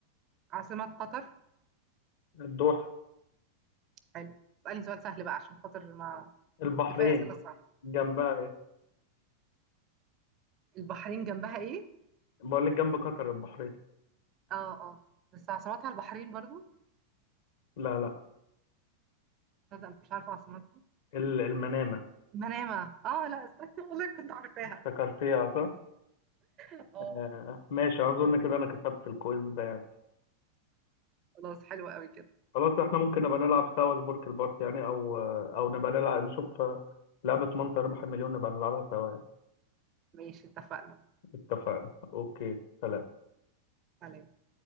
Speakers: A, on the right; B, on the left.
A: عاصمة قطر
B: الدوحه
A: حلو اسألني سؤال سهل بقى عشان خاطر ما
B: البحرين
A: كفاية أسئلة صعبة
B: جنبها ايه
A: البحرين جنبها إيه؟
B: بقول لك جنب قطر البحرين
A: اه اه بس عاصمتها البحرين برضو
B: لا لا
A: تصدق مش عارفة عاصمتها
B: ال- المنامه
A: منامة اه لا استنى <laughs> والله كنت عارفاها
B: افتكرتيها صح
A: اه
B: آه ماشي اظن كده انا كسبت الكويز ده يعني.
A: خلاص حلو قوي كده
B: خلاص احنا ممكن نبقى نلعب سوا سبورك البارت يعني او او نبقى نلعب نشوف لعبة من سيربح المليون نبقى نلعبها سوا يعني.
A: ماشي اتفقنا
B: اتفقنا اوكي سلام
A: عليك